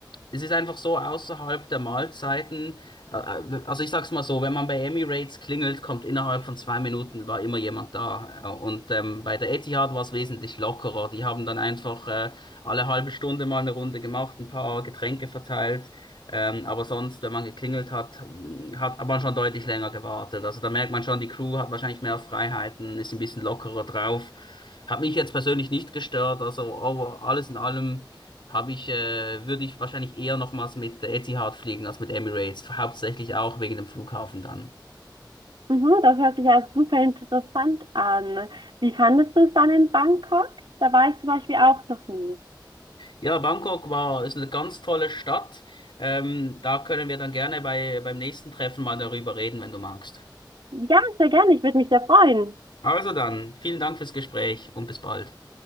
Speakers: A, on the left (about 85°); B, on the right (about 90°).
A: es ist einfach so außerhalb der Mahlzeiten. äh, äh, Also ich sag's mal so, wenn man bei Emirates klingelt, kommt innerhalb von zwei Minuten war immer jemand da. Äh, Und ähm, bei der Etihad war es wesentlich lockerer. Die haben dann einfach äh, alle halbe Stunde mal eine Runde gemacht, ein paar Getränke verteilt. Ähm, aber sonst, wenn man geklingelt hat, mh, hat man schon deutlich länger gewartet. Also da merkt man schon, die Crew hat wahrscheinlich mehr Freiheiten, ist ein bisschen lockerer drauf. Hat mich jetzt persönlich nicht gestört. Also oh, alles in allem habe ich, äh, würde ich wahrscheinlich eher nochmals mit Etihad fliegen als mit Emirates, hauptsächlich auch wegen dem Flughafen dann.
B: mhm. Das hört sich ja super interessant an. Wie fandest du es dann in Bangkok? Da war ich zum Beispiel auch noch nie.
A: Ja, Bangkok war, ist eine ganz tolle Stadt. Ähm, da können wir dann gerne bei, beim nächsten Treffen mal darüber reden, wenn du magst.
B: Ja, sehr gerne. Ich würde mich sehr freuen.
A: Also dann, vielen Dank fürs Gespräch und bis bald.